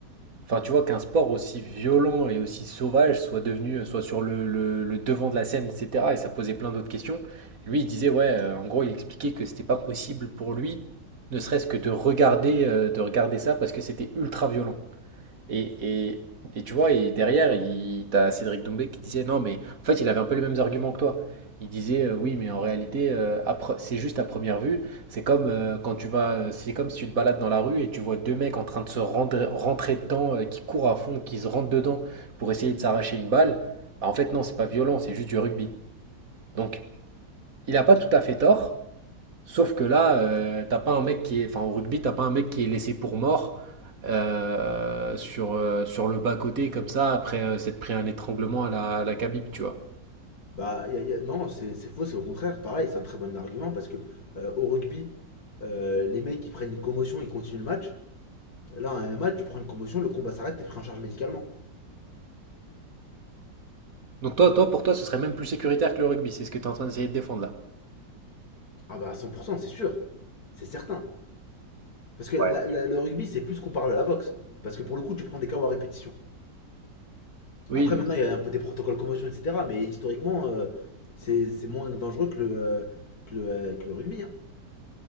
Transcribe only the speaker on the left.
Bah, y a- y a- non, c'est faux, c'est au contraire. Pareil, c'est un très bon argument parce que euh, au rugby, euh, les mecs, ils prennent une commotion, ils continuent le match. Là, en MMA, tu prends une commotion, le combat s'arrête, t'es pris en charge médicalement.
Ah bah, à 100%, c'est sûr. C'est certain. Parce
que la- la- le rugby, c'est plus comparable à la boxe. Parce que pour le coup, tu prends des KO à répétition.
Après,
maintenant, il y a un peu des protocoles commotion, etc. Mais historiquement, euh, c'est c'est moins dangereux que le, euh, que le, euh, que le rugby. hein.